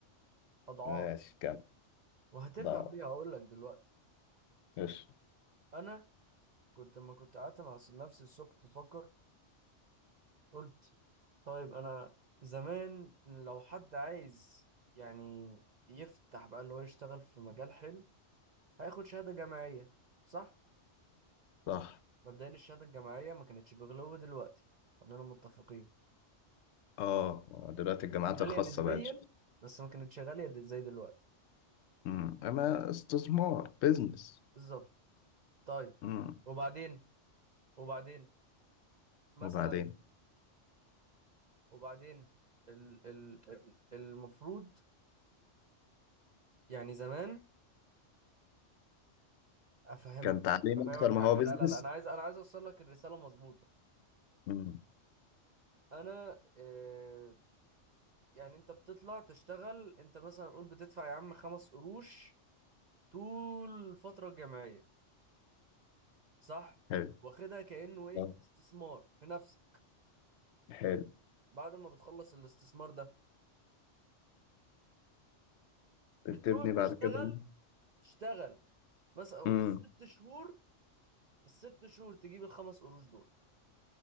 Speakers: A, on the right; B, on the left.
A: أضعاف
B: ماشي كام
A: وهتفهم
B: ضعف
A: ليه هقول لك دلوقتي
B: ماشي
A: انا كنت لما كنت قعدت مع نفسي الصبح بفكر قلت طيب انا زمان لو حد عايز يعني يفتح بقى اللي هو يشتغل في مجال حلو هياخد شهادة جامعية صح؟
B: صح
A: مبدئيا الشهادة الجامعية ما كانتش بغلو دلوقتي خلينا متفقين
B: اه دلوقتي الجامعات
A: غالية
B: الخاصة
A: نسبيا
B: بقت
A: بس ما كانتش غالية د- زي دلوقتي
B: امم اما استثمار بيزنس
A: بالظبط طيب
B: امم
A: وبعدين وبعدين مثلا
B: وبعدين
A: وبعدين ال ال ال- المفروض يعني زمان افهمك
B: كان تعليم
A: افهمك
B: اكتر
A: حاجه
B: ما هو بيزنس
A: لا لا لا انا عايز انا عايز اوصل لك الرساله مظبوطه
B: امم
A: انا آه، يعني انت بتطلع تشتغل انت مثلا قول بتدفع يا عم خمس قروش طول الفتره الجامعيه صح
B: حلو
A: واخدها كانه ايه
B: آه،
A: استثمار في نفسك
B: حلو
A: بعد ما بتخلص الاستثمار ده
B: بتبني
A: بتروح
B: بعد
A: تشتغل
B: كده
A: تشتغل مثلا قول
B: امم
A: الست شهور الست شهور تجيب الخمس قروش دول